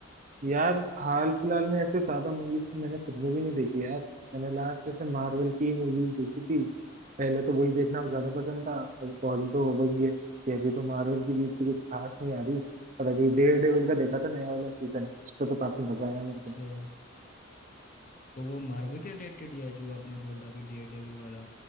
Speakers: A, on the right (about 40°); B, on the left (about 40°).
A: यार हाल फिलहाल में ऐसे ज्यादा मूवीज तो मैंने खुद में भी नहीं देखी यार मैंने लास्ट ऐसे मार्वल की ही मूवीज देखी थी पहले तो वही देखना ज्यादा
B: हम्म
A: पसंद था अब ऑल तो वही है कि अभी तो मार्वल की भी इतनी कुछ खास नहीं आ रही और अभी डेयर डेविल का देखा था नया वाला सीजन उस पर तो काफी मजा आया मेरे
B: अच्छा
A: को
B: तो वो मार्वल के रिलेटेड ही है जो आपने बोला अभी डेयर डेविल वाला